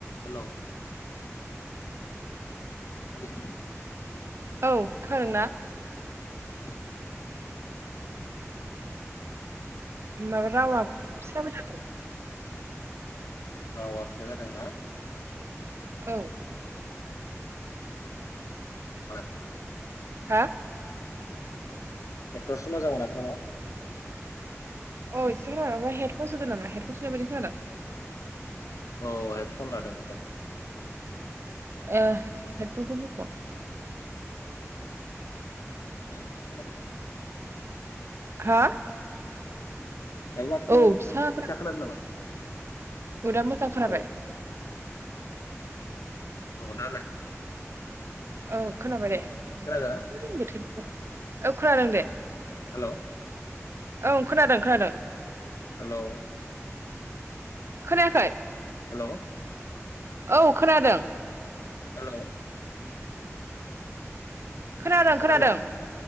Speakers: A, on the left (about 85°); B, on the right (about 55°).
A: Hello hello.
B: औ खोनादों ना?
A: औ नोंथां खोनादों। खोनादों।
B: माबा रावा
A: अ
B: फिसाबो <unintelligible>
A: राववा फिसा जादोंना?
B: औ।
A: <unintelligible>
B: हा?
A: नेटवर्कसो मोजां मोनाखै नामा?
B: अ इसे खोनादों मा हेदफन सोदो नामा? हेदफन सोनाय बायदि खोनादों।
A: औ हेड फन लादोंमोन र'।
B: ओ हेड फोनखौ बख'।
A: दाबो फिसा खोनादों?
B: हा?
A: दाबो माथो
B: औ
A: आ
B: फिसा
A: फिसााखोन
B: खोना
A: नामा?
B: औ दा मोजां खोनाबाय।
A: हेलौ औ दालाय?
B: औ खोनाबाय दे। है
A: खोनादों?
B: <unintelligible> औ खोनादों दे।
A: हेल'।
B: औ खोनादों खोनादों।
A: हेल'।
B: खोनायाखै?
A: हेल'।
B: औ खोनादों।
A: हेल'।
B: खोनादों
A: खोनादोंना
B: खोनादों।